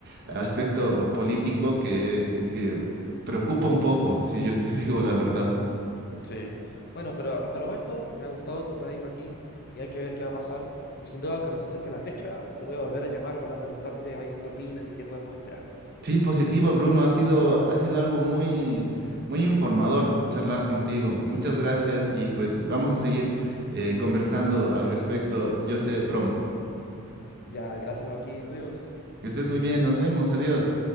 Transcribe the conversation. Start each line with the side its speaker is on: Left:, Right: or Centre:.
Right: aspecto político que, que preocupa un poco, si yo te
Left: Mm,
Right: <laughs> digo la verdad.
Left: sí. Bueno, pero hasta el momento me ha gustado tu país, Joaquín, y hay que ver qué va a pasar. Y sin duda, cuando se acerque la fecha, te voy a volver a llamar para preguntarte ahí qué opinas y qué podemos esperar.
Right: Sí, positivo, Bruno, ha sido, ha sido algo muy, muy informador charlar contigo. Muchas gracias y pues vamos a seguir eh, conversando al respecto, yo sé, pronto.
Left: Ya, gracias, Joaquín. Adiós.
Right: Que estés muy bien, nos vemos, adiós.